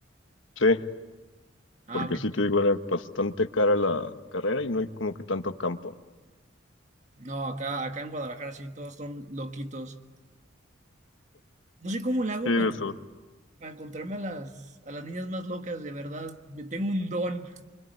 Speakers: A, on the left (about 80°); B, on the right (about 35°).
A: sí,
B: Ah,
A: porque
B: ok.
A: sí te digo, era bastante cara la carrera y no hay como que tanto campo.
B: No, acá, acá en Guadalajara sí, todos son loquitos. No sé cómo le
A: Sí,
B: hago
A: de
B: para,
A: eso.
B: encon- para encontrarme a las, a las niñas más locas, de verdad. Me tengo un don.